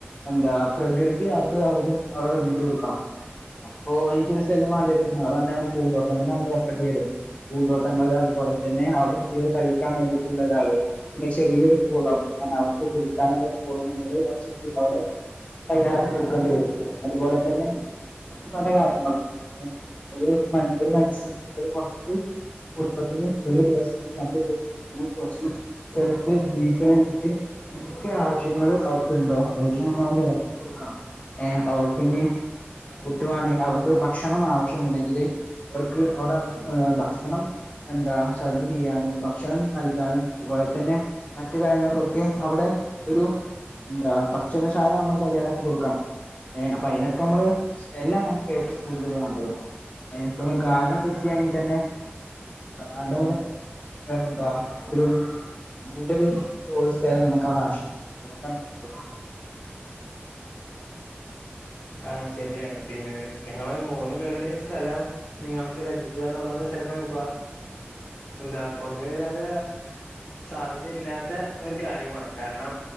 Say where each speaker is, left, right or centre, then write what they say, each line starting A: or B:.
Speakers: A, on the left; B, on the left.
A: എന്താ പ്രകൃതി അവർക്ക് അവർക്കും അവിടെ നിർമ്മിച്ചു കൊടുക്കണം അപ്പൊ അതിന് ചില സ്ഥലം വേണ്ടിവരും അത് പറഞ്ഞ പൂന്തോട്ടങ്ങള് നമ്മള് വെക്കണ്ടി വരും പൂന്തോട്ടങ്ങളൾ അതുപോലെ തന്നെ അവിടെ കുട്ടികൾ കളിക്കാൻ വേണ്ടിയിട്ടുള്ള ഒരാള് പിന്നെ ചെറിയൊരു കുളം അത് പറഞ്ഞ അവർക്ക് കുളിക്കാനുള്ള ഒരു കുളം പോലെ നമ്മള്അവിടെതയ്യാറാക്ക കൊടുക്കേണ്ടി വരും അതുപോലെ തന്നെ മറ്റു പല കാര്യങ്ങളും ഒരു ഒരു മനുഷ്യന് കുറഞ്ഞത് കുടുംബത്തിന് ഒരു ദിവസം രണ്ട് ദിവസം <unintelligible> ശരിക്ക് ജീവിക്കണെങ്കിൽ എന്തൊക്കെ ആവശ്യങ്ങൾ അവർക്കുണ്ടോ അതെല്ലാം നമ്മ നിറവേറ്റി കൊടുക്കണം ഏ അപ്പൊ അവർക്ക് നി ഫുഡ് വേണങ്കി അവർക്ക് ഭക്ഷണം ആവശ്യംണ്ടെങ്കില് അവർക്ക് അവിടെ ഭക്ഷണം എന്താ സെർവ് ചെയ്യാനും ഭക്ഷണം നൽകാനും അതുപോലെ തന്നെ മറ്റു കാര്യങ്ങൾക്കൊക്കെ അവിടെ ഒരു എന്താ ഭക്ഷണശാല നമ്മള് തയ്യാറാക്കി കൊടുക്കണം ഏ അപ്പൊ അതിനൊക്കെ നമ്മള് സ്ഥലാണ് നമുക്ക് ഏറ്റവും കൂടുതൽ വേണ്ടത് ഇനിപ്പ ഗാർഡൻ സെറ്റയ്യാണിതന്നെ ഗാർഡ തന്നെ പെന്താ ഒരു നല്ലൊരു ഹോംസ്റ്റേ നമുക്ക് അവിടെ ആവശ്യം അതുകൊണ്ടാണ് പറഞ്ഞത്
B: ആഹ് ശരിയാണ് പിന്നെ ഞങ്ങള് മൂന്ന് പേരുടെ സ്ഥലം നിങ്ങൾക്ക് ലഭിക്കുക എന്നുള്ളത് <unintelligible> എന്താ പൊതുവേ <unintelligible> സാധ്യതയില്ലാത്ത ഒരു കാര്യമാണ് കാരണം